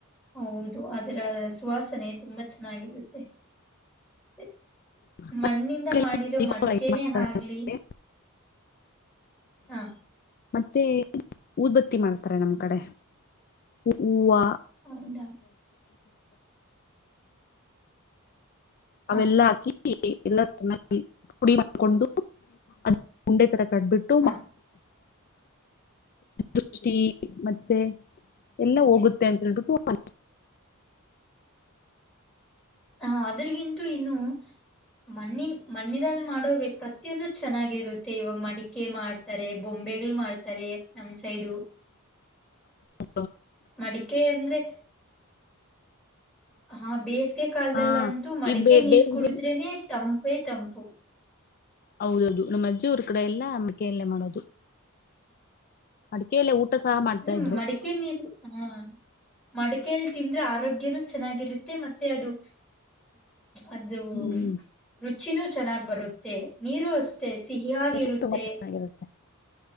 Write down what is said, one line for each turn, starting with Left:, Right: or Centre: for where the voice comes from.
Centre: ಹೌದು ಅದರ ಸುವಾಸನೆ ತುಂಬಾ ಚೆನ್ನಾಗಿರುತ್ತೆ. <inaudible>
Left: ಚೆನ್ನಾಗಿರುತ್ತೆ
Centre: ಮಣ್ಣಿಂದ ಮಾಡಿರೋ ಮಡಿಕೆನೇ ಆಗ್ಲಿ ಹ
Left: ಮತ್ತೆ ಉದ್ಬತ್ತಿ ಮಾಡ್ತಾರೆ ನಮ್ ಕಡೆ ಹೂವ <unintelligible> <inaudible>
Centre: ಹೌದಾ ಹಾ
Left: ಅವೆಲ್ಲಾ ಹಾಕಿ ಎಲ್ಲ ಚೆನ್ನಾಗಿ ಪುಡಿ ಮಾಡಕೊಂಡು ಅದ ಉಂಡೆ ತರ ಕಟ್ಬಿಟ್ಟು
Centre: ಹಾ
Left: ದೃಷ್ಟಿ ಮತ್ತೆ ಎಲ್ಲ ಹೋಗುತ್ತೆ ಅಂತೇಳ್ಬಿಟ್ಟುಾರೆ
Centre: ಹ ಅದ್ರಗಿಂತೂ ಇನ್ನು ಮಣ್ಣಿ ಮಣ್ಣಿನಲ್ಲಿ ಮಾಡೋ ಪ್ರತಿಯೊಂದು ಚೆನ್ನಾಗಿರುತ್ತೆ ಇವಾಗ ಮಡಿಕೆ ಮಾಡ್ತಾರೆ ಬೊಂಬೆಗ್ಗಳು ಮಾಡ್ತಾರೆ ನಮ್ ಸೈಡು
Left: ಹ
Centre: ಮಡಿಕೆ ಅಂದ್ರೆ ಹಾ ಬೇಸಿಗೆ ಕಾಲದಲ್ಲಂತೂ
Left: ಹಾ
Centre: ಮಡಿಕೆ
Left: ಈ ಬೇ~
Centre: ನೀರ್
Left: ಬೇಸಿಗೆ
Centre: ಕುಡಿದ್ರೇನೆ ತಂ ವೇತಂಪು
Left: ಹೌದೌದು ನಮ್ಮ ಅಜ್ಜಿ ಊರ ಕಡೆ ಎಲ್ಲ ಮಡಿಕೆಯಲ್ಲೇ ಮಾಡೋದು ಮಡಿಕೆಯಲ್ಲೆ ಊಟ ಸಹ ಮಾಡ್ತಾ
Centre: ನಿಮ್
Left: ಇದ್ರು
Centre: ಮಡಿಕೆ ನೀರು ಹ ಮಡಿಕೇಯಲ್ಲಿ ತಿಂದ್ರೆ ಆರೋಗ್ಯನೂ ಚೆನ್ನಾಗಿರುತ್ತೆ ಮತ್ತೆ ಮತ್ತೆ ಅದು ಅದು
Left: ಹ್ಮ್
Centre: ರುಚಿನು ಚೆನ್ನ ಬರುತ್ತೆ ನೀರು ಅಷ್ಟೆ ಸಿಹಿಿಯಾಗಿರುತ್ತೆ
Left: ರುಚಿ ತುಂಬಾ ಚೆನ್ನಾಗಿರುತ್ತೆ